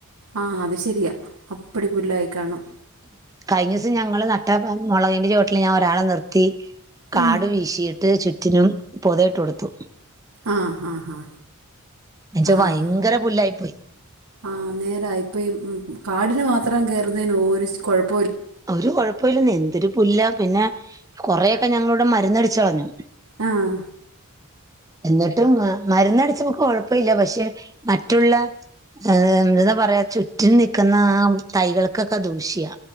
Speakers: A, on the right; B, on the right.
A: ആ അത് ശെരിയാ അപ്പടി പുല്ലായി കാണാം
B: കഴിഞ്ഞ ദിവസം ഞങ്ങള് നട്ട മുളകിന്റെ ചോട്ടില് ഞാൻ ഒരാളെ നിർത്തി കാട്
A: ഉം
B: വീശീട്ട് ചു റ്റിനും പൊതയിട്ട് കൊടുത്തു.
A: ആഹ് ആഹ് ഹാ
B: എന്നുവെച്ചാ
A: ആഹ്
B: ഭയങ്കര പുല്ലായി പോയി.
A: ആഹ് നേരാ ഇപ്പൊ ഈ കാടിന് മാ ത്രം കയറുന്നതിന് ഓരു കൊഴപ്
B: ഒര് കൊഴപ്പൊവില്ലന്നേ എന്തൊരു പുല്ലാ പിന്ന കൊറേ ക്ക ഞങ്ങളിവടെ മര്ന്നടിച്ച് കളഞ്ഞു.
A: ആഹ്
B: എന്നിട്ടും അ് മര്ന്നടിച്ചുമ്പോ കൊഴപ്പയില്ല പക്ഷെ മറ്റുള്ള ഏ എന്താ പറയാ ചുറ്റിനും നിക്കുന്ന ആ തൈകൾക്കൊക്കെ ദൂഷ്യാ